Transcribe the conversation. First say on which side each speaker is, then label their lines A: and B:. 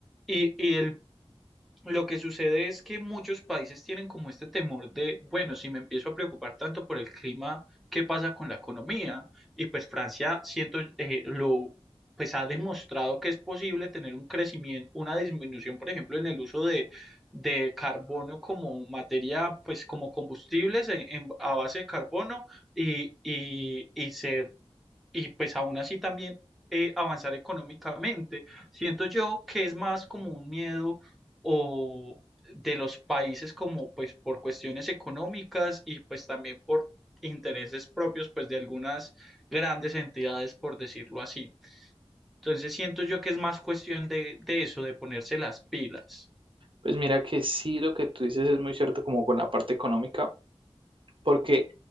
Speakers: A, in the centre; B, on the right.
A: y, y el lo que sucede es que muchos países tienen como este temor de, bueno, si me empiezo a preocupar tanto por el clima, ¿qué pasa con la economía? Y pues Francia, siento, eh, lo, pues ha demostrado que es posible tener un crecimiento, una disminución, por ejemplo, en el uso de, de carbono como materia, pues como combustibles en- en- a base de carbono y, y, y se y pues aún así también eh, avanzar económicamente. Siento yo que es más como un miedo o de los países como pues por cuestiones económicas y pues también por intereses propios pues de algunas grandes entidades por decirlo así. Entonces siento yo que es más cuestión de, de eso, de ponerse las pilas.
B: Pues mira que sí, lo que tú dices es muy cierto como con la parte económica. Porque,